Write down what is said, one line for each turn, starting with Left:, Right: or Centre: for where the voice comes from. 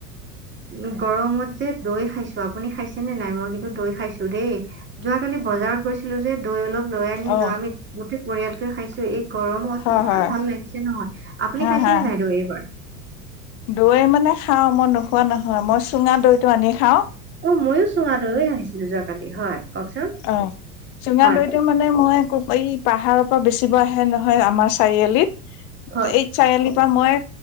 Right: উ গৰমত যে দৈ খাইছো আপুনি খাইছেনে নাই? মই কিন্তু দৈ খাইছো দেই যোৱাকালি বজাৰত গৈছিলো যে দৈ অলপ লৈ আনিলো
Left: অ
Right: আমি গোটেই পৰিয়ালটে খাইছো এই গৰমত
Left: হয়
Right: ইমান
Left: হয়
Right: ভাল লাগিছে নহয়। আপুনি
Left: হা
Right: খাইছেনে
Left: হা
Right: নাই দৈ এইবাৰ
Left: দৈ মানে খাও মই নোখোৱা নহয় মই চুঙা দৈটো আনি খাও
Right: অ ময়ো চোঙা দৈয়ে আহিছিলো যোৱাকালি হয়। কওকচোন
Left: অ চুঙা
Right: হয়
Left: দৈটো মানে মই কোপ এই পাহাৰৰ পৰা বেচিব আহে নহয় আমাৰ চাৰিআলিত
Right: হয়
Left: এই চাৰিআলিৰ পৰা মই